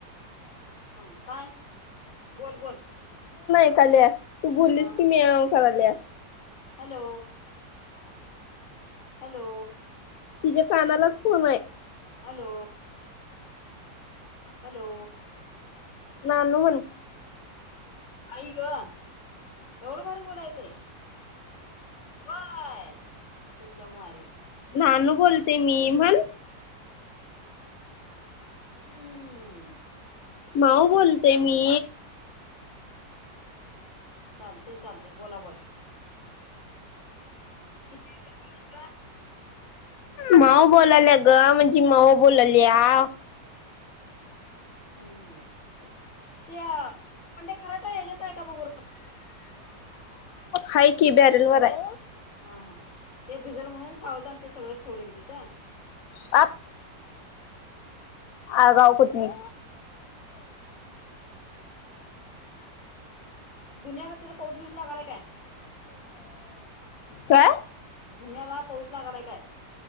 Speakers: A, on the left (about 40°); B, on the left (about 60°).
A: हम काय बोल बोल,
B: हसाल्या, तू बोललीस
A: हा हा
B: की म्याँव कराल्या.
A: हॅलो, हॅलो,
B: हे कानालाच फोन आहे.
A: हॅलो, हॅलो,
B: नानु म्हण
A: आई ग, एवढं भारी बोलाय येतय. काय तेज्या मारी
B: नानू बोलते मी म्हण
A: हम्म,
B: माऊ बोलते मी,
A: चालतय चालतय बोला बोला किती ऊशीर गेलेत ग.
B: माऊ बोलाल्या ग म्हणजे माऊ बोलायल्या आ
A: हम्म, ते आपण ते खराटा हेच्यात आहे का बघ बरं.
B: हाय की बॅरेल वर आहे.
A: हा हा ते भिजल म्हणून साळुतान ते सगळंच ठेवलं की तिथ.
B: आप
A: म
B: आगाव
A: म्हटलं
B: कुठली
A: धुनियाला तिथ पाऊसबिस लागलाय काय.
B: काय
A: धुन्याला पाऊस लागलाय काय?